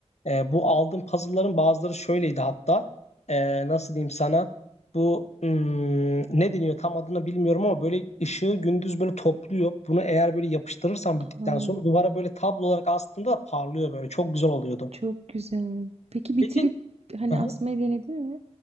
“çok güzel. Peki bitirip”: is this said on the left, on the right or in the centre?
Right